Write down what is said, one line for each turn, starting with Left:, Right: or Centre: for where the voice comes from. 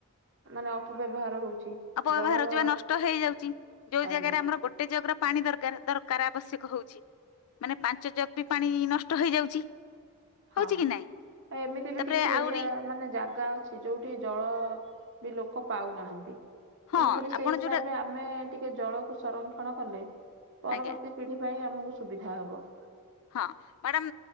Right: ମାନେ ଅପବ୍ୟବହାର ହଉଛି।
Left: ଅପବ୍ୟବହାର
Right: ଜଳର
Left: ହଉଛି ବା ନଷ୍ଟ ହେଇଯାଉଛି ଯୋଉ
Right: ଆଜ୍ଞା
Left: ଜାଗାରେ ଆମର ଗୋଟେ ଗୋଟେ ଜକର ପାଣି ଦର ଦରକାର ଆବଶ୍ୟକ ହଉଛି। ମାନେ ପାଞ୍ଚ ଜକ ବି ପାଣି ନଷ୍ଟ ହେଇଯାଉଛି।
Right: ହଁ
Left: ହଉଛି କି
Right: ଆଉ
Left: ନାଇଁ
Right: ଏମିତି ବି
Left: ତାପରେ
Right: କିଛି ଏରିଆ।
Left: ଆହୁରି
Right: ମାନେ ଜାଗା ଅଛି ଯୋଉଠି ଜଳ ବି ଲୋକ ପାଉନାହାନ୍ତି।
Left: ହଁ
Right: ତେଣୁକରି ସେଇ
Left: ଆପଣ
Right: ହିସାବରେ
Left: ଯୋଉଟା
Right: ଆମେ ଟିକେ ଜଳକୁ ସଂରକ୍ଷଣ କଲେ ପରବର୍ତ୍ତୀ।
Left: ଆଜ୍ଞା
Right: ପିଢି ପାଇଁ ଆମକୁ ସୁବିଧା ହବ।
Left: ହଁ ମ୍ୟାଡାମ